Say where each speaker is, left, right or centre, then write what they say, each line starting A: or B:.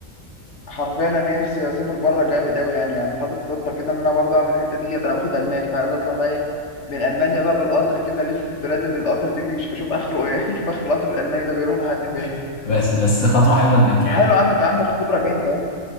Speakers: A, on the left; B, on the left.
A: حرفيا انا نفسي اسافر بره جامد قوي يعني يعني حاطط خطه كده ان انا برضه اعمل الحته ديت انا باخد الماني فعايز اطلع بقى ايه من المانيا بقى بالقطر كده الف في البلاد اللي القطر دي مش بشوف اخره ايه <laughs> اشوف اخر القطر الالماني ده بيروح لحد فين
B: <laughs> بس بس خطوة حلوة إنك
A: طب ما
B: يعني
A: حلو يا عم انت عندك خبره جامده أهو.